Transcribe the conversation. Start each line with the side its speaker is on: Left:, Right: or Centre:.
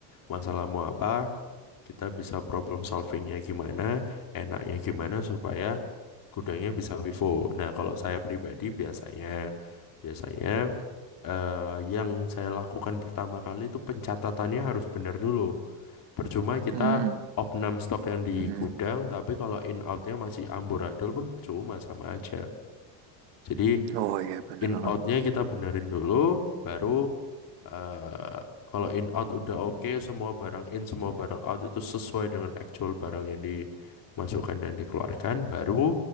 Left: masalahmu apa? Kita bisa problem solvingnya gimana, enaknya gimana supaya gudangnya bisa vivo. Nah, kalau saya pribadi biasanya, biasanya eh, yang saya lakukan pertama kali itu pencatatannya harus benar dulu. Percuma kita
Right: Hmm, hmm.
Left: opnam stok yang di
Right: Hmm, hmm.
Left: gudang tapi kalau in outnya masih amburadul pun percuma sama aja jadi
Right: Oh iya bener
Left: in
Right: banget.
Left: outnya kita benerin dulu baru eh kalau in out udah oke semua barang in semua barang out itu sesuai dengan actual barang yang dimasukkan dan dikeluarkan baru